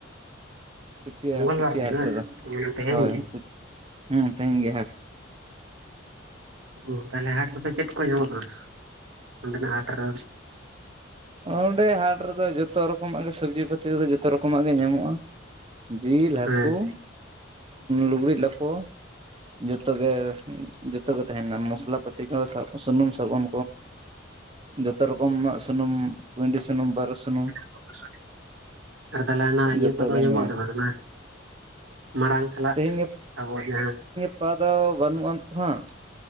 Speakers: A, on the right; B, on the right.
A: ᱾ <unintelligible>
B: ᱢᱚᱝᱜᱚᱞ
A: ᱠᱩᱪᱤᱭᱟ
B: ᱵᱟᱨ ᱫᱤᱱ
A: ᱦᱟᱴ
B: ᱵᱟᱝ
A: ᱨᱮ ᱫᱚ,
B: ᱚᱱᱟ ᱛᱮᱦᱮᱧ
A: ᱦᱳᱭ
B: ᱜᱮ
A: ᱦᱮᱸ ᱛᱮᱦᱮᱧ ᱜᱮ ᱦᱟᱴ ᱾ <inaudible>
B: ᱚ ᱛᱟᱦᱚ ᱞᱮ ᱦᱟᱴ ᱨᱮᱫᱚ ᱪᱮᱫ ᱠᱚ ᱧᱟᱢᱚᱜᱼᱟ? ᱚᱸᱰᱮᱱᱟᱜ ᱦᱟᱴ ᱨᱮ᱾
A: ᱚᱸᱰᱮ ᱦᱟᱴ ᱨᱮᱫᱚ ᱡᱚᱛᱚ ᱨᱚᱠᱚ ᱢᱟᱜ ᱜᱮ ᱥᱚᱵᱽᱡᱤ ᱯᱟᱹᱛᱤ ᱫᱚ ᱡᱚᱛᱚ ᱨᱚᱠᱚ ᱢᱟᱜ ᱜᱮ ᱧᱟᱢᱚᱜᱼᱟ᱾ ᱡᱤᱞ-ᱦᱟᱹᱠᱩ,
B: ᱦᱮᱸ
A: ᱞᱩᱜᱽᱲᱤᱡ- ᱞᱟᱯᱚ᱾ ᱡᱚᱛᱚᱜ ᱜᱮ ᱡᱚᱛᱚᱜ ᱜᱮ ᱛᱟᱦᱮᱱᱟ᱾ ᱢᱚᱥᱞᱟ, ᱯᱟᱹᱛᱤ ᱠᱚ, ᱥᱩᱱᱩᱢ-ᱥᱟᱵᱚᱱ ᱡᱚᱛᱚ ᱨᱚᱠᱚ ᱢᱟᱜ ᱥᱩᱱᱩᱢ, ᱠᱩᱩᱭᱰᱤ ᱥᱩᱱᱩᱢ, ᱵᱟᱹᱨᱩ ᱥᱩᱱᱩᱢ,
B: <unintelligible> ᱟᱨ ᱛᱟᱞᱮᱦᱮ ᱦᱟᱱᱟ ᱤᱭᱟᱹ
A: ᱡᱚᱛᱚ
B: ᱠᱚᱫᱚ
A: ᱜᱮ ᱧᱟᱢ
B: ᱧᱟᱢᱚᱜ ᱟᱥᱮ ᱵᱟᱝ ᱢᱟᱨᱟᱝ ᱠᱷᱟᱞᱟᱜ
A: ᱛᱮᱦᱮᱧ
B: ᱟᱵᱚ ᱡᱟᱦᱟᱸ
A: <unintelligible> ᱫᱚ ᱵᱟᱹᱱᱩᱜ ᱟᱱ ᱛᱚ ᱦᱟᱸᱜ